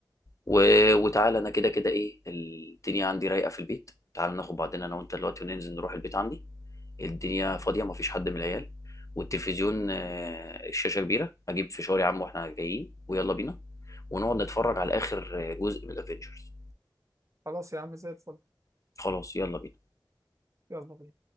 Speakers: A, on the left; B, on the right.
A: و... وتعالى انا كده كده ايه الدنيا عندي رايقه في البيت تعالى ناخد بعضنا انا وانت دلوقتي وننزل نروح البيت عندي الدنيا فاضيه مفيش حد من العيال والتلفزيون آه، الشاشه كبيره اجيب فشار يا عم واحنا جايين ويلا بينا ونقعد نتفرج على اخر آه، جزء من الافينجرز
B: خلاص يا عم زي الفل
A: خلاص يلا بينا
B: يلا بينا